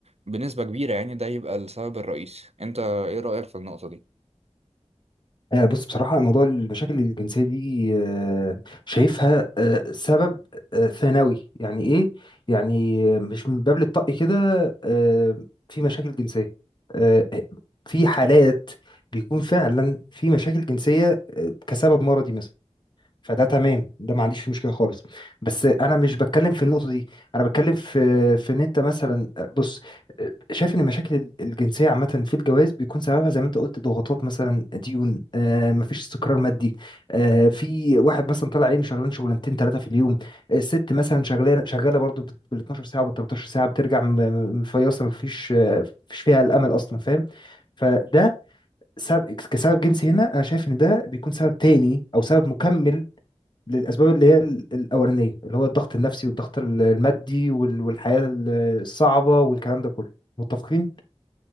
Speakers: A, on the right; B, on the left.
A: بنسبة كبيرة يعني ده يبقى السبب الرئيسي أنت إيه رأيك في النقطة دي؟
B: آه، بص بصراحة موضوع المشاكل الجنسية دي آه، شايفها آه، سبب آه، ثانوي يعني إيه؟ يعني آه، مش من باب الطق كده آه، في مشاكل جنسية آه، في حالات بيكون فعلا في مشاكل جنسية آه، كسبب مرضي مثلا فده تمام ده ما عنديش فيه مشكله خالص بس انا مش بتكلم في النقطه دي انا بتكلم في في ان انت مثلا بص شايف ان المشاكل الجنسيه عامه في الجواز بيكون سببها زي ما انت قلت ضغوطات مثلا ديون آه مفيش استقرار مادي آه في واحد مثلا طالع عينه شغلان شغلانتين ثلاثه في اليوم الست مثلا شغاله شغاله برضو بال 12 ساعه وبال 13 ساعه بترجع م- م- مفيصه مفيش آه، مفيش فيها الامل اصلا فاهم فده سبب كسبب جنسي هنا انا شايف ان ده بيكون سبب تاني او سبب مكمل للأسباب اللي هي ال- الأولانية اللي هو الضغط النفسي والضغط ال- المادي وال- والحياة ال- الصعبة والكلام ده كله متفقين؟